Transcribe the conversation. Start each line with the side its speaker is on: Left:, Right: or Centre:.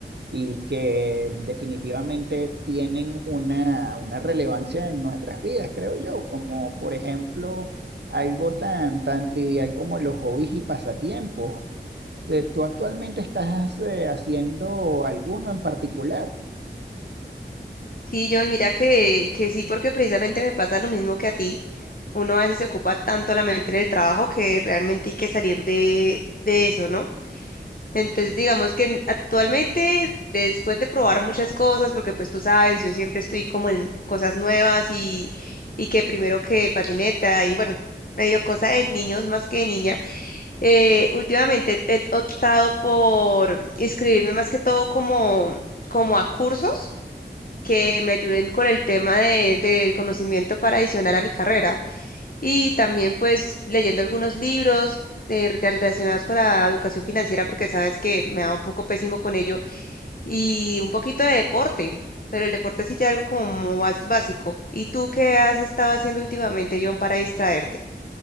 Right: y que definitivamente tienen una, una relevancia en nuestras vidas, creo yo, como por ejemplo algo tan, tan trivial como los hobbies y pasatiempos. Eh, ¿Tú actualmente estás eh, haciendo alguno en particular?
Left: Sí, John, mira que, que sí, porque precisamente me pasa lo mismo que a ti. Uno a veces se ocupa tanto la mente en el trabajo que realmente hay que salir de, de eso, ¿no? Entonces, digamos que en- actualmente, después de probar muchas cosas, porque pues tú sabes, yo siempre estoy como en cosas nuevas y, y que primero que patineta y bueno, medio cosa de niños más que de niña. Eh, últimamente he optado por inscribirme más que todo como, como a cursos que me ayuden con el tema de, del conocimiento para adicionar a mi carrera. Y también pues leyendo algunos libros de, relacionados con la educación financiera porque sabes que me da un poco pésimo con ello. Y un poquito de deporte, pero el deporte sí ya algo como más básico. ¿Y tú qué has estado haciendo últimamente, John, para distraerte?